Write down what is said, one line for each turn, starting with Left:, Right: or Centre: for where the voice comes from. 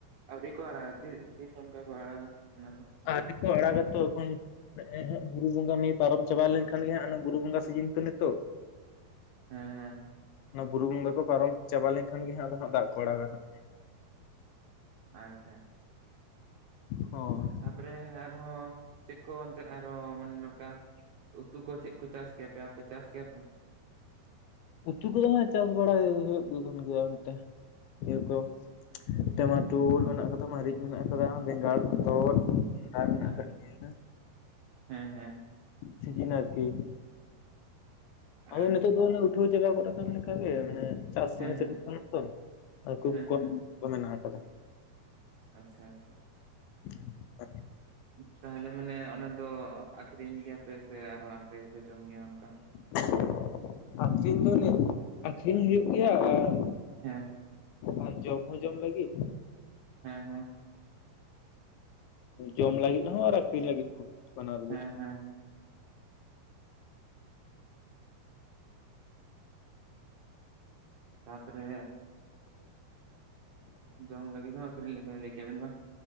Right: ᱟᱹᱣᱨᱤ ᱠᱚ ᱟᱲᱟᱜᱟ ᱛᱤᱥ ᱚᱱᱠᱟ ᱠᱚ ᱟᱲᱟᱜᱟ ᱚᱱᱟ ᱫᱚ
Left: ᱟᱣᱨᱤ ᱠᱚ ᱟᱲᱟᱜ ᱛᱚ ᱮᱠᱷᱚᱱ ᱦᱚᱸ ᱦᱚᱸ ᱵᱩᱨᱩ ᱵᱚᱸᱜᱟ ᱱᱤᱭᱟᱹ ᱯᱟᱨᱚᱢ ᱪᱟᱵᱟᱣ ᱞᱮᱱᱠᱷᱟᱱ ᱜᱮ ᱱᱟᱦᱟᱜ ᱚᱱᱟ ᱵᱩᱨᱩ ᱵᱚᱸᱜᱟ ᱥᱤᱡᱤᱱ ᱛᱚ ᱱᱤᱛᱚᱜ
Right: ᱦᱮᱸ ᱦᱮᱸ
Left: ᱚᱱᱟ ᱵᱩᱨᱩ ᱵᱚᱸᱜᱟ ᱠᱚ ᱯᱟᱨᱚᱢ ᱪᱟᱵᱟ ᱞᱮᱱᱠᱷᱟᱱ ᱜᱮ ᱦᱟᱸᱜ ᱟᱫᱚ ᱦᱟᱜ ᱫᱟᱜ ᱠᱚ ᱟᱲᱟᱜᱟ ᱦᱟᱸᱜ
Right: ᱟᱪᱪᱷᱟ
Left: ᱦᱚᱭ
Right: ᱛᱟᱯᱚᱨᱮ ᱟᱨᱦᱚᱸ ᱪᱮᱫ ᱠᱚ ᱮᱚᱱᱛᱮ ᱟᱨᱦᱚᱸ ᱢᱟᱱᱮ ᱱᱚᱝᱠᱟ ᱩᱛᱩ ᱠᱚ ᱪᱮᱫ ᱠᱚ ᱪᱟᱥ ᱠᱮᱭᱟᱯᱮ ᱟᱯᱮ ᱪᱟᱥ ᱠᱮᱭᱟᱯᱮ?
Left: ᱩᱛᱩ ᱠᱚᱫᱚ ᱦᱟᱜ ᱪᱟᱥ ᱵᱟᱲᱟ ᱦᱩᱭᱩᱜ ᱜᱮ ᱠᱟᱱ ᱜᱮᱭᱟ ᱮᱱᱛᱮ ᱤᱭᱟᱹ ᱠᱚ ᱴᱟᱢᱟᱴᱩᱞ ᱢᱮᱱᱟᱜ ᱟᱠᱟᱫᱟ ᱢᱟᱨᱤᱪ ᱢᱮᱱᱟᱜ ᱟᱠᱟᱫᱟ᱾ ᱵᱮᱸᱜᱟᱲ ᱦᱚᱛᱚᱫ
Right: ᱦᱮᱸ
Left: ᱢᱮᱱᱟᱜ
Right: ᱟᱪᱪᱷᱟ
Left: ᱟᱠᱟᱫ ᱜᱮᱭᱟ᱾
Right: ᱦᱮᱸ ᱦᱮᱸ
Left: ᱥᱤᱡᱤᱱ ᱟᱨᱠᱤ, ᱟᱫᱚ
Right: ᱟᱪᱪᱷᱟ
Left: ᱱᱤᱛᱚᱜ ᱫᱚ ᱯᱟᱹᱴᱷᱩᱣᱟᱹ ᱡᱟᱭᱜᱟ ᱜᱚᱫ ᱟᱠᱟᱱ ᱞᱮᱠᱟᱜ ᱜᱮ ᱢᱟᱱᱮ ᱪᱟᱥ
Right: ᱦᱮᱸ ᱦᱮᱸ
Left: ᱠᱚ ᱠᱷᱩᱵ
Right: ᱦᱮᱸ
Left: ᱠᱚᱢ
Right: ᱦᱮᱸ
Left: ᱠᱚ ᱢᱮᱱᱟᱜ ᱟᱠᱟᱫᱟ᱾
Right: ᱟᱪᱷᱟ ᱟᱪᱷᱟ
Left: ᱟ
Right: ᱛᱟᱦᱚᱞᱮ ᱢᱟᱱᱮ ᱚᱱᱟ ᱫᱚ ᱟᱠᱷᱨᱤᱧ ᱜᱮᱭᱟᱯᱮ ᱥᱮ ᱟᱨᱚ ᱟᱯᱮ ᱜᱮᱯᱮ ᱡᱚᱢ ᱜᱮᱭᱟ ᱚᱱᱠᱟ?
Left: <unintelligible> ᱟᱠᱷᱨᱤᱧ ᱫᱚ ᱱᱤᱛ ᱟᱠᱷᱨᱤᱧ ᱦᱩᱭᱩᱜ ᱜᱮᱭᱟ, ᱟᱨ
Right: ᱦᱮᱸ
Left: ᱟᱨ ᱡᱚᱢ ᱦᱚᱸ ᱡᱚᱢ ᱞᱟᱹᱜᱤᱫ
Right: ᱦᱮᱸ ᱦᱮᱸ
Left: ᱡᱚᱢ ᱞᱟᱹᱜᱤᱫ ᱦᱚᱸ ᱟᱨ ᱟᱠᱷᱨᱤᱧ ᱞᱟᱹᱜᱤᱫ ᱦᱚᱸ᱾ ᱵᱟᱱᱟᱨ ᱜᱮ
Right: ᱦᱮᱸ ᱦᱮᱸ ᱛᱟᱯᱚᱨᱮ ᱡᱚᱢ ᱞᱟᱹᱜᱤᱫ ᱦᱚᱸ ᱟᱹᱠᱷᱨᱤᱧ ᱞᱟᱹᱭ ᱠᱮᱜ ᱟᱵᱮᱱ ᱵᱟᱝ,